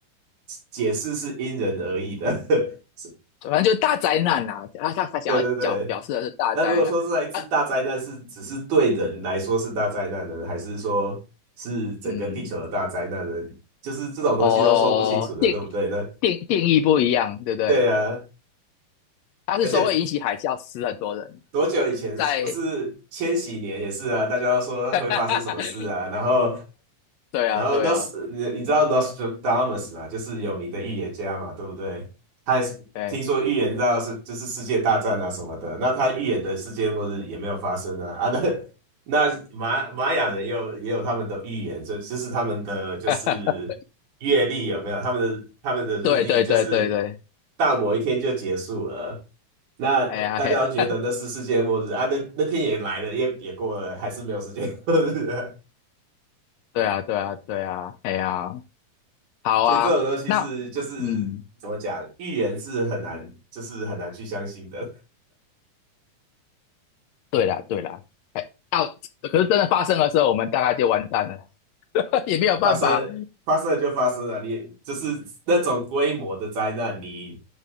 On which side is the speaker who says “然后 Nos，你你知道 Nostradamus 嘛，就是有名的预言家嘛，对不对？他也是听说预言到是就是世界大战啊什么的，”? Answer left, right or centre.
Right